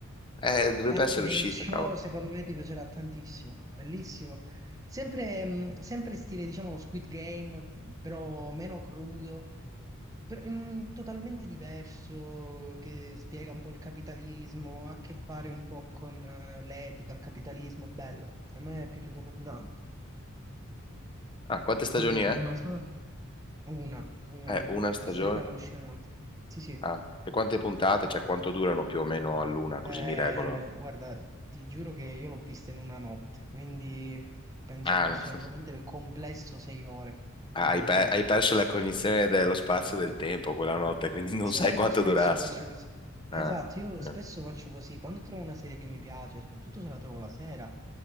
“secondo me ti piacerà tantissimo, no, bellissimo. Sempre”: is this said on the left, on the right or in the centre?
Right